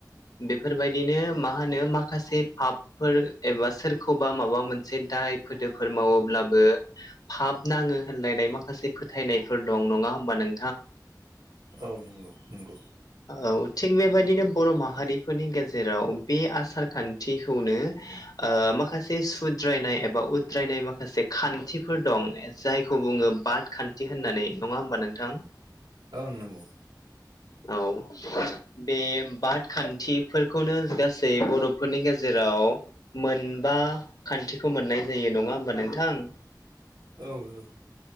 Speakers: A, on the left; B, on the right.
A: बेफोरबायदिनो मा होनो माखासे फाफ फोर एबा सोरखौबा माबा मोनसे दाय फोदोफोर मावोब्लाबो फाब नाङो होनलायनाय माखासे फोथायनायफोर दं नङा होनोमबा नों
B: औ नंगौ नंगौ
A: औ थिग बेबायदिनो बर' माहारिफोरनि गेजेराव बे आसार खान्थिखौनो ओ माखासे सुद्रायनाय एबा उद्रायनाय माखासे खान्थिफोर दं जायखौ बुङो बाद खान्थि होननानै नङा होमबा नोंथां?
B: ओं नंगौ।
A: औ। बे बाद खान्थिफोरखौनो गासै बर'फोरनि गेजेराव मोनबा खान्थिखौ मोननाय जायो नङा होमबा नोंथां?
B: औ औ।